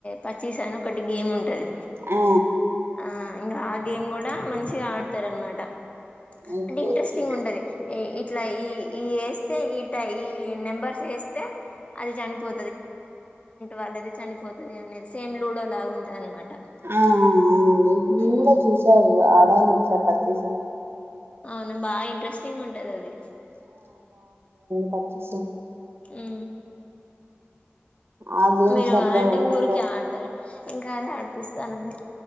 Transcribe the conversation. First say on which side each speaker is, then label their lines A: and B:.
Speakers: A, on the left; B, on the right.
A: పచ్చిసని ఒకటి గేమ్ ఉంటది
B: ఆ
A: ఆ ఇంగ ఆ గేమ్ కూడా మంచిగా ఆడతారనమాట
B: ఓకే
A: అంటే ఇంట్రెస్టింగ్
B: ఓకే
A: ఉంటది ఇట్లా ఈ ఈ ఈ ట ఈ నెంబర్స్ వేస్తే అది చనిపో వాళ్ళది చనిపోతది అనేది సేమ్ లుడో లాగా ఉంటది అనమాట
B: ఆ అవునండి నేను
A: ఉమ్
B: కూడా చూసాను అడ ను ఒకసార్ పచ్చిస్
A: అవునా బాగా ఇంట్రెస్టింగ్ ఉంటది అది
B: పచ్చిస
A: ఉ
B: ఆ గేమ్స్
A: మీరు
B: అట్లా
A: అంటే
B: ఊర్లో
A: ఊరికే ఆడతారా ఇంకా అదే ఆడిపిస్త తనది